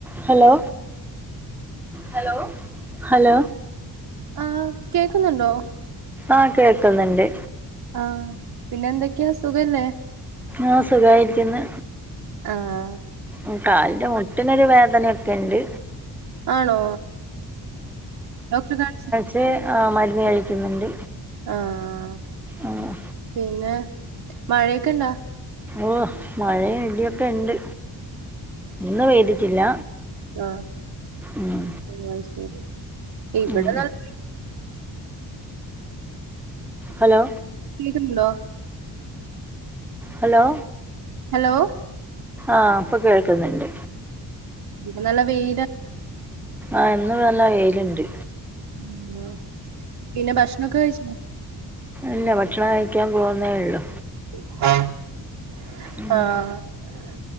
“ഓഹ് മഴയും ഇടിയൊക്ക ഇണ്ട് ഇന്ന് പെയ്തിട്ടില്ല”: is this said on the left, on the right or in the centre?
Centre